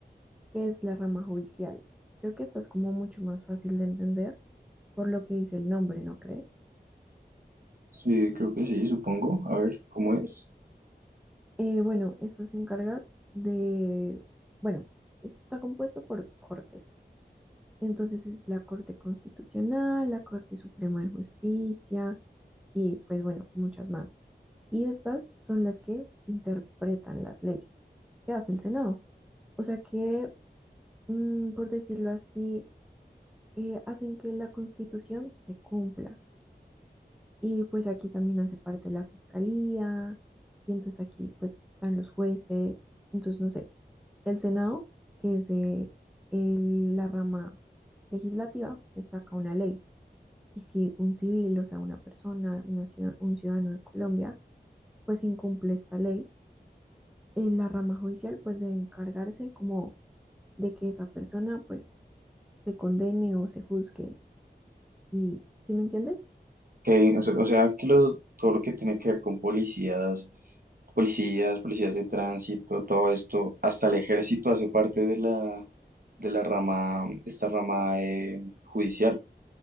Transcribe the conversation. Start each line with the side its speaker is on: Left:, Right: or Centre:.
Centre: que es la rama judicial. Creo que esta es como mucho más fácil de entender por lo que dice el nombre, ¿no crees?
Right: sí, creo que sí, supongo. A ver, ¿cómo es?
Centre: Eh, bueno, esta se encarga de, bueno, está compuesto por cortes. Entonces es la Corte Constitucional, la Corte Suprema de Justicia y pues bueno, muchas más. Y estas son las que interpretan las leyes que hace el Senado. O sea que, mm, por decirlo así, eh, hacen que la Constitución se cumpla. Y pues aquí también hace parte la Fiscalía, y entonces aquí pues están los jueces. Entonces, no sé, el Senado, que es de el- la rama legislativa, pues saca una ley. Y si un civil, o sea, una persona, una ciudad- un ciudadano de Colombia, pues incumple esta ley, eh, la rama judicial pues debe encargarse como de que esa persona pues se condene o se juzgue. ¿Y si me entiendes?
Right: Ok, o sea, o sea que los- todo lo que tiene que ver con policías, policías, policías de tránsito, todo esto, hasta el ejército hace parte de la, de la rama, esta rama eh, judicial.